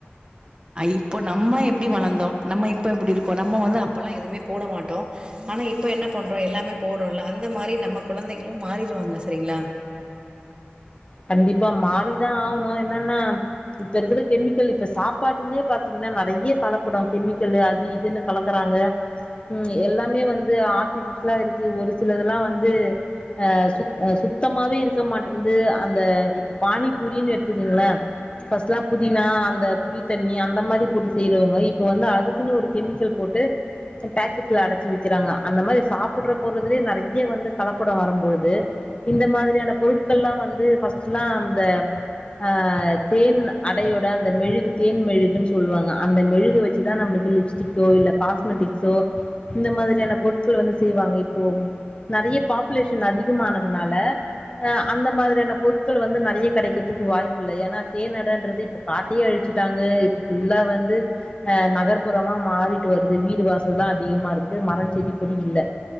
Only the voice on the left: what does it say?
கண்டிப்பா மாறிதா ஆகணு என்னன்னா இப்ப இருக்கிற கெமிக்கல் இப்ப சாப்பாட்டுலயே பாத்தீங்கன்னா நறைய கலப்படம் கெமிக்கல் அது இதுன்னு கலக்குறாங்க உஹம் எல்லாமே வந்து ஆர்டிபிஷியலா இருக்கு ஒரு சிலதெல்லா வந்து ஆஹ் சுத் சுத்தமாவே இருக்க மாட்டேது அந் இப்ப பானிபூரினு எடுத்துக்குங்களே ஃபஸ்ட்லா புதினா அந்த புளித்தண்ணி அந்த மாதிரி போட்டு செய்றவங்க இப்ப வந்து அதுக்குன்னு ஒரு கெமிக்கல் போட்டு பேக்கெட்ல அடைச்சு விக்கிறாங்க அந்த மாதிரி சாப்பிடுற போறதுலே நறைய வந்து கலப்பட வரும்பழுது இந்த மாதிரியான பொருட்கள்ல்லா வந்து ஃபஸ்ட் எலா அந்த ஆஹ் தேன் அடையோட அந்த மெழுகு தேன் மெழுகுன்னு சொல்லுவாங்க அந்த மெழுகு வச்சுதா நம்மளுக்கு லிப்ஸ்டிக்கோ இல்ல காஸ்மெட்டிக்ஸோ இந்த மாதிரியான பொருட்கள் வந்து செய்வாங்க இப்போ நறைய பாப்புலேஷன் அதிகமானது னால அந்த மாதிரியான பொருட்கள் கள் வந்து நறைய கெடைக்கிறதுக்கு வாய்ப்பு இல்ல ஏன்னா தேன் அடைன்றது இப்ப காட்டையே அழிச்சட்டாங்க இப்ப ஃபுல்லா வந்து ஹ் நகர்ப்புறமா மாறிட்டு வருது வீடு வாசல் தா அதிகமாக இருக்கு மர செடி கொடி இல்லை